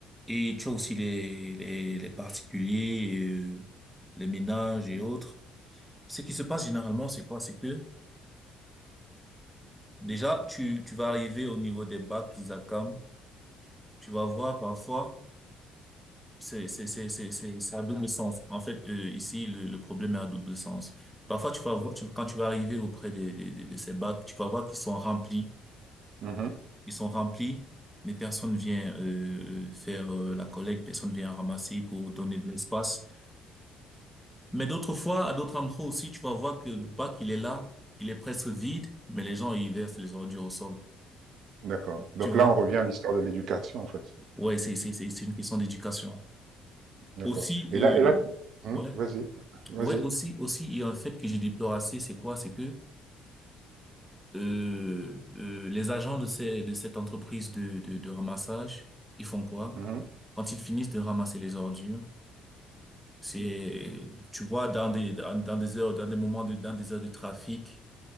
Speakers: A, in the centre; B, on the right.
A: et tu as aussi les, les, les particuliers, euh, les ménages et autres. Ce qui se passe généralement, c'est quoi? C'est que Déjà, tu, tu vas arriver au niveau des bacs d'ISACAM. Tu vas voir parfois, c'est, c'est, c'est, c'est, c'est, c'est à double sens. En fait, euh, ici, le, le problème est à double sens. Parfois, tu vas voir, tu- quand tu vas arriver auprès des- des- des- de, ces bacs, tu vas voir qu'ils sont remplis.
B: Mhm.
A: Ils sont remplis, mais personne vient, euh, faire, euh, la collecte, personne vient ramasser pour donner de l'espace. Mais d'autres fois, à d'autres endroits aussi, tu vas voir que le bac, il est là, il est presque vide, mais les gens, ils versent les ordures au sol.
B: D'accord. Donc
A: Tu vois?
B: là, on revient à l'histoire de l'éducation, en fait.
A: Ouais, c'est, c'est, c'est c'est une question d'éducation.
B: D'accord.
A: Aussi,
B: Et
A: euh,
B: là, et là, tu- Hum,
A: ouais,
B: vas-y, vas-y.
A: ouais, aussi, aussi, il y a un fait que je déplore assez, c'est quoi? C'est que euh, euh, les agents de ces, de cette entreprise de, de, de ramassage, ils font quoi?
B: Mhm.
A: Quand ils finissent de ramasser les ordures, c'est, tu vois, dans des, dans, dans des heures, dans des moments de, dans des heures de trafic,